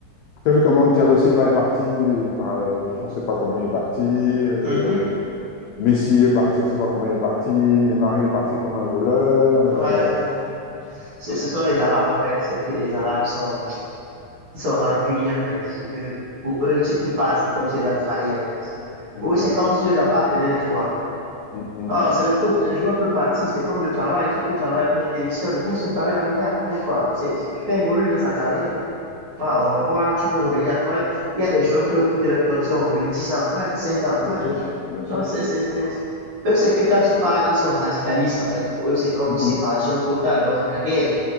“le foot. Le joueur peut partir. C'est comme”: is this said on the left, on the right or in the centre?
Right